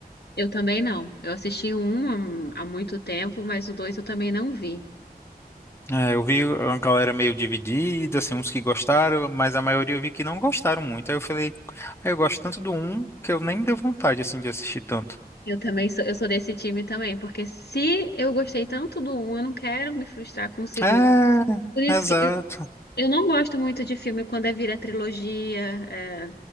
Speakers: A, on the left; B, on the left.
A: Eu também não. Eu assisti o um há há muito tempo, mas o dois eu também não vi.
B: É, eu vi uma galera meio dividida, assim, uns que gostaram, mas a maioria eu vi que não gostaram muito. Aí eu falei, ah, eu gosto tanto do um que eu nem me deu vontade, assim, de assistir tanto.
A: Eu também sou, eu sou desse time também, porque se eu gostei tanto do um, eu não quero me frustrar com o segundo.
B: É,
A: Por isso
B: exato.
A: que eu, eu não gosto muito de filme quando é vira trilogia, é,